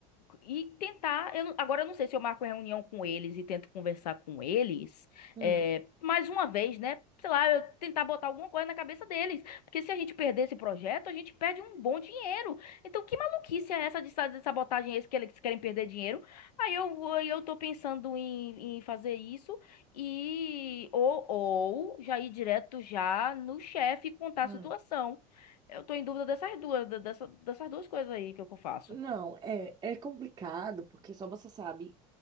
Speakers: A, on the left; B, on the right.
A: e tentar. eu não- agora eu não sei se eu marco reunião com eles e tento conversar com eles.
B: Hum,
A: é, mais uma vez, né? Sei lá, eu tentar botar alguma coisa na cabeça deles. Porque se a gente perder esse projeto, a gente perde um bom dinheiro. Então, que maluquice é essa de, sa- de sabotagem é esse que eles querem perder dinheiro? Aí eu vou, aí eu tô pensando em, em fazer isso e ou, ou já ir direto já no chefe e contar
B: hum.
A: a situação. Eu tô em dúvida dessas duas, de- dessa, dessas duas coisas aí que eu faço.
B: Não, é, é complicado, porque só você sabe